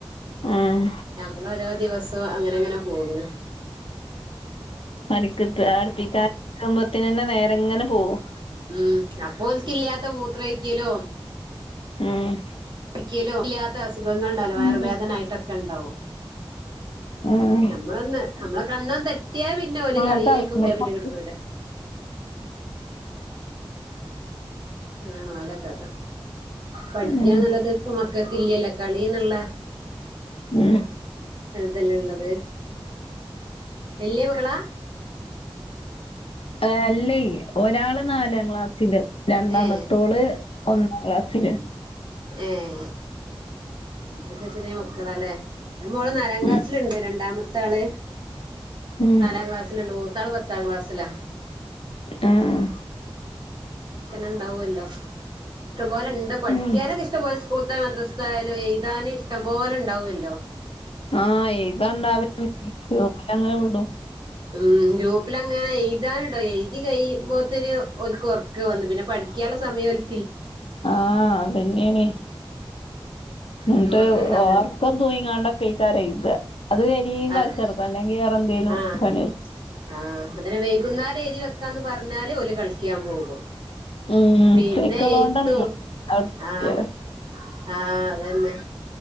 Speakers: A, on the left; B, on the right.
A: ഉം
B: ഞമ്മള ഓരോ ദിവസവും അങ്ങനെ അങ്ങനെ പോകുന്നു
A: അടുക്കി അടുപ്പിക്കാരിക്കുമ്പത്തിനന്നെ നേരെങ്ങനെ പോകും
B: ഉം അപ്പോഓല്ക്ക്ല്ലാത്ത മൂത്രഒയിക്കലോ
A: ഏഹ്
B: ഒരിക്കലോ ഇല്ലാത്ത അസുഖങ്ങളാ ണ്ടാലോ വയർവേദനായട്ടൊക്കെണ്ടാവും
A: ഉം ഉം
B: ഞമ്മളൊന്ന് നമ്മളെ കണ്ണന്ന് തെറ്റിയാ പിന്നെ ഓല്
A: ആഹ്
B: കളിയിലേക്ക് പോയാ പിന്നെ കിട്ടൂല അതാണ് ഓലെ കഥ പഠിക്കാന്നുള്ളത്
A: ഉം
B: ഇപ്പൊ മക്കൾക്ക് ഇല്ലല്ലോ കളിന്നുള്ള
A: ഉം
B: ഇതല്ലേള്ളത് വല്ല്യ മക്കളാ
A: ഏഹ് അല്ലേയ് ഒരാള് നാലാം ക്ലാസ്സില് രണ്ടാമത്തോള്
B: ഏഹ്
A: ഒന്നാം ക്ലാസ്സില്
B: ഏഹ് ഒക്കെ ചെറിയ മക്കളാലെ എൻ്റെ മോള് നാലാം ക്ലാസ്സിലുണ്ട്
A: ഉം
B: രണ്ടാമത്തെ ആള്
A: ഉം
B: നാലാം ക്ലാസി ലുണ്ട് മൂത്താള് പത്താം ക്ലാസ്സിലാ
A: ആഹ് ആഹ്
B: ക്ക്നെ ഉണ്ടാവുവല്ലോ ഇഷ്ടംപോലെ ണ്ട് പഠിക്കാനൊക്കെ
A: ഉം
B: ഇഷ്ട ഇഷ്ടം പോലെ സ്കൂളിത്തായ മദ്രസ്ഥായാലും എഴുതാനിഷ്ടം പോലെ ഇണ്ടാവുവല്ലോ
A: ആഹ് <unintelligible> പിന്നങ്ങനെ വിടും
B: ഉം ഗ്രൂപ്പിലങ്ങനെ എഴുതാനുണ്ടോ എഴുതി കഴിയുമ്പോത്തേന് ഓല്ക്ക് ഒറ ക്ക വന്ന് പിന്നെ പഠിക്കാനുള്ള സമയം ഓല്
A: ആഹ് അതന്നെണേ എന്നിട്ട്
B: എല്ലോടത്തുള്ളതാണ്
A: ഓർക്കം തൂയിങ്ങാണ്ട കൈക്കാര ഇ അത് ഇനിയും
B: അത്
A: കളിച്ചെറത്ത് അല്ലെങ്കി വേറെ എന്തേലും
B: ആഹ്
A: <unintelligible>
B: ആഹ് അങ്ങനെ വൈകുന്നേരം എഴുതി വെക്കാന്ന് പറഞ്ഞാല് ഓല് കളിക്കാൻ പോകും
A: ഉം
B: പിന്നെ
A: സൈക്കിളോണ്ടാണ്
B: എയ്ത്തു
A: പോവും അവ്ട്ത്തെ
B: ആഹ്
A: കുട്ട്യേള്
B: ആഹ് അതന്നെ